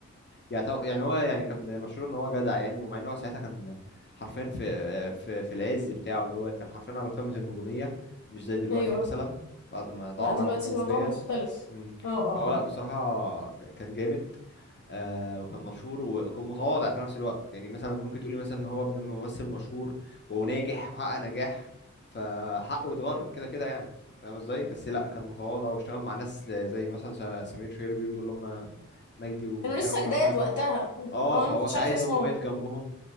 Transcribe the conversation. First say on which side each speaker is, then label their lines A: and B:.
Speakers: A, on the left; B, on the left.
A: يعني طب يعني هو يعني كان مشهور ان هو جدع يعني ومع ان هو ساعتها كان حرفيا في في في العز بتاعه اللي هو كان حرفيا على قمة النجومية مش زي دلوقتي
B: أيوة
A: مثلا بعد ما ضاع
B: لا دلوقتي
A: نوع- نسبيا
B: الموضوع مختلف
A: مم.
B: اه اه
A: فهو لا
B: اه
A: بصراحة ك- كان جامد آه وكان مشهور و- وكان متواضع في نفس الوقت يعني مثلا ممكن تقولي مثلا ان هو ابن ممثل مشهور وناجح وحقق نجاح فحقه يتغر كده كده يعني فاهم ازاي بس لا كان متواضع واشتغل مع ناس زي مثلا س- سمير شهير بيرضو اللي هم مجدي وهشام
B: كانوا لسه
A: واحمد
B: جداد
A: فهمي
B: وقتها اه
A: اه فهو
B: أنا مكنتش
A: ساعدهم
B: عارفة اسمهم
A: واقف جنبهم